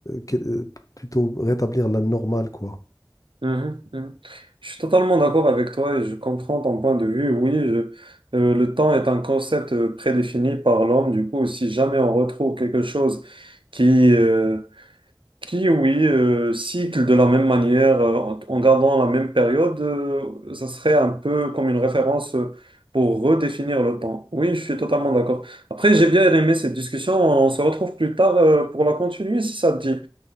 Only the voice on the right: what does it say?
Mhm, mhm. Je suis totalement d'accord avec toi et je comprends ton point de vue. Oui, je- euh, le temps est un concept euh, prédéfini par l'homme. Du coup, si jamais on retrouve quelque chose qui, euh, qui oui, euh, cycle de la même manière, euh, en, en gardant la même période, euh, ça serait un peu comme une référence euh, pour redéfinir le temps. Oui, je suis totalement d'accord. Après, j'ai bien aimé cette discussion. On se retrouve plus tard, euh, pour la continuer si ça te dit.